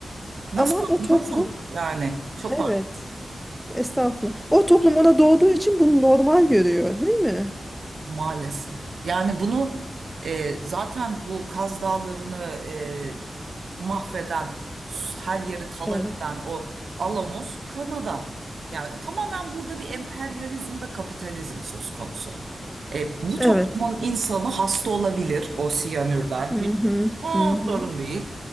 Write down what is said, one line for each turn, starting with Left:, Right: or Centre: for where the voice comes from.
Right: Nasıl,
Centre: ama o toplum
Right: nasıl yani? Çok
Centre: evet estağfurullah. O toplum ona doğduğu için bunu normal görüyor değil mi?
Right: Maalesef. Yani bunu e, zaten bu Kaz Dağları'nı e, mahveden, s- her yeri talan
Centre: Evet.
Right: eden o Alamos Kanada. Yani tamamen burada bir emperyalizm ve kapitalizm söz konusu. E, bu
Centre: Evet.
Right: toplumun insanı hasta olabilir o siyanürden.
Centre: Hı
Right: Hiç
Centre: hı
Right: oh,
Centre: hı hı.
Right: sorun değil.